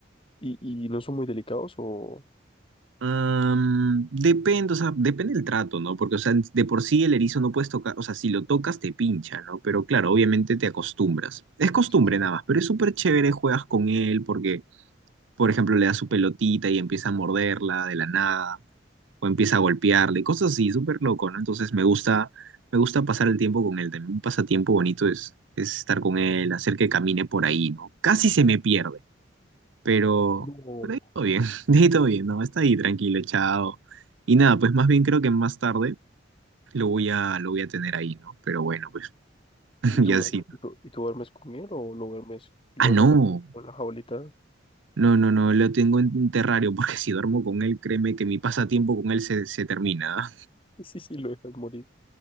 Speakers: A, on the left (about 25°); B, on the right (about 80°).
A: ¿Y, y no son muy delicados o...?
B: Am, depende, o sea, depende del trato, ¿no? Porque, o sea, de por sí el erizo no puedes tocar, o sea, si lo tocas te pincha, ¿no? Pero claro, obviamente te acostumbras. Es costumbre
A: Sí, sí.
B: nada más, pero es súper chévere, juegas con él porque por ejemplo, le da su pelotita y empieza a morderla de la nada, o empieza a golpearle, cosas así, súper loco, ¿no? Entonces me gusta, me gusta pasar el tiempo con él. También un pasatiempo bonito es, es estar con él, hacer que camine por ahí, ¿no? Casi se me pierde, pero,
A: No.
B: pero ahí todo bien, <laughs> de ahí todo bien, ¿no? Está ahí tranquilo, echado. Y nada, pues más bien creo que más tarde lo voy a, lo voy a tener ahí, ¿no? Pero bueno, pues,
A: ¿Y
B: <laughs>
A: tú,
B: y así.
A: duermes-
B: ¿no?
A: y tú, y tú duermes con él o lo duermes, lo
B: Ah, no.
A: dejas dormir con la jaulita?
B: No, no, no, lo tengo en un terrario porque si duermo con él, créeme que mi pasatiempo con él se, se termina.
A: Sí, sí, sí, lo dejas morir.